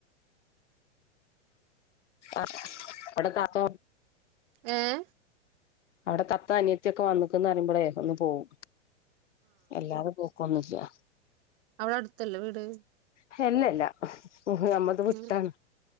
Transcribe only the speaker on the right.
ഏഹ്
അവടെ അട്ത്തല്ലേ വീട്
ഉം